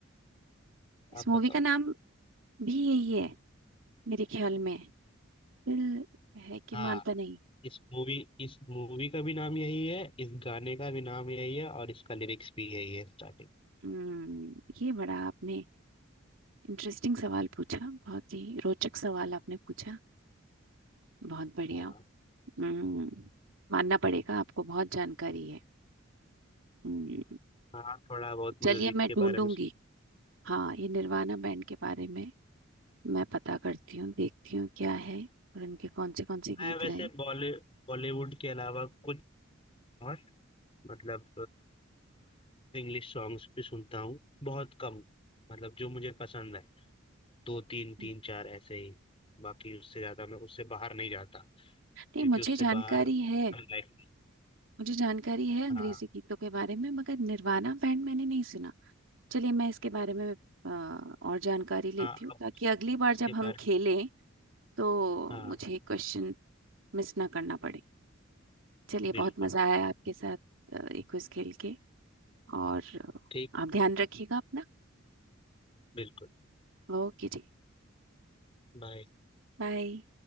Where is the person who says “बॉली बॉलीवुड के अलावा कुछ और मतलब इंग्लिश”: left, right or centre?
Left